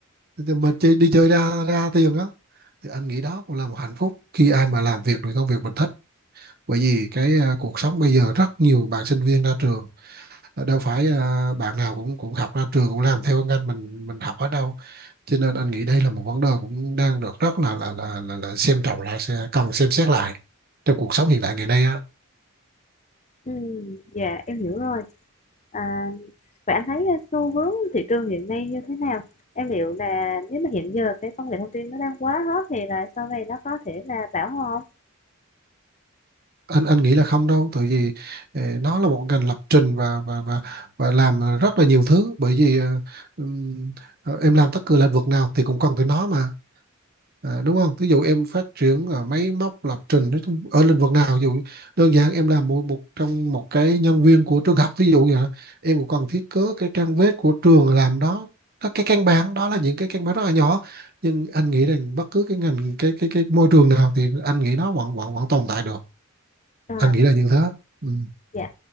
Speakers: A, on the right; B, on the left.
A: Thì mình chơi, đi chơi ra ra tiền á thì anh nghĩ đó cũng là một hạnh phúc khi ai mà làm việc được công việc mình thích bởi vì cái à, cuộc sống bây giờ rất nhiều bạn sinh viên ra trường đâu phải à, bạn nào cũng cũng học ra trường cũng làm theo ngành mình mình học ở đâu cho nên anh nghĩ đây là một vấn đề cũng đang được rất là là là là, là xem trọng là sẽ cần xem xét lại trong cuộc sống hiện đại ngày nay á
B: Ừ, dạ em hiểu rồi. À, vậy anh thấy xu hướng thị trường hiện nay như thế nào? Em liệu là nếu mà hiện giờ cái công nghệ thông tin nó đang quá hot thì là sau này nó có thể là bão hòa không?
A: anh anh nghĩ là không đâu tại vì ờ, nó là một ngành lập trình và và và và làm rất là nhiều thứ bởi vì ờ, ừm, ờ, em làm tất cả lĩnh vực nào thì cũng cần tới nó mà À, đúng không? Ví dụ em phát triển à, máy móc lập trình nói chung- ở lĩnh vực nào, ví dụ đơn giản em làm một, một trong một cái nhân viên của trường học, ví dụ vậy, đó. em cũng cần thiết kế cái trang web của trường làm đó, đó cái căn bản đó là những cái căn bản rất là nhỏ, nhưng anh nghĩ rằng bất cứ cái ngành cái cái cái môi trường nào thì anh nghĩ nó vẫn vẫn vẫn tồn tại được,
B: À,
A: anh nghĩ là như thế. Ừ.
B: dạ